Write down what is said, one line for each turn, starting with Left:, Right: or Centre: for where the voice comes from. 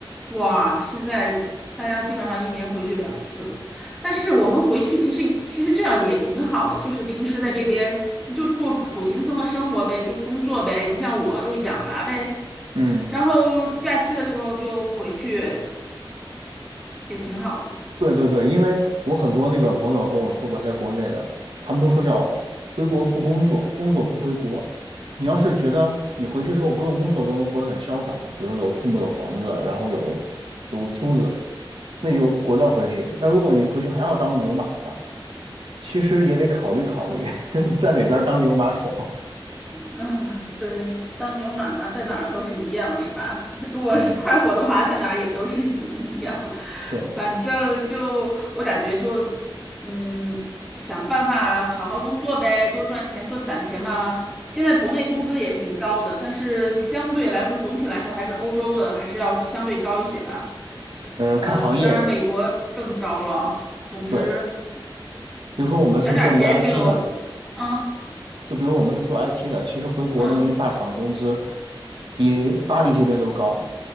Centre: 哇，现在大家基本上一年回去两次，但是我们回去其实其实这样也挺好的，就是平时在这边你就过苦行僧的生活呗，就工作呗。你像我就养娃呗，
Right: 嗯。
Centre: 然后假期的时候就回去，也挺好的。
Right: 对对对，因为我很多那个朋友跟我说过，在国内的，他们都说叫回国不工作，工作不回国。你要是觉得你回去之后不用工作都能活得很潇洒，比如有父母有房子，然后有有租子，那就果断回去。但如果你回去还要当牛马的话，其实也得考虑考虑 <laughs> 在哪边当牛马爽。
Centre: 嗯，对，当牛马在哪儿都是一样，是吧？<laughs> 如果是快活的话，
Right: 嗯，
Centre: 在哪儿也都是 <laughs> 一样。
Right: 对，
Centre: 反正就我感觉就，嗯，想办法好好工作呗，多赚钱，多攒钱嘛。现在国内工资也挺高的，但是相对来说，总体来说还是欧洲的还是要相对高一些吧。
Right: 嗯，
Centre: 呃，
Right: 看行业，
Centre: 当然美国更高了。总之，
Right: 对，比如说我们是做那个
Centre: 攒点儿钱就有，
Right: IT 的，
Centre: 嗯
Right: 就比如我们是做 IT 的，其实回国的那些大厂的工资
Centre: 嗯
Right: 比巴黎这边都高，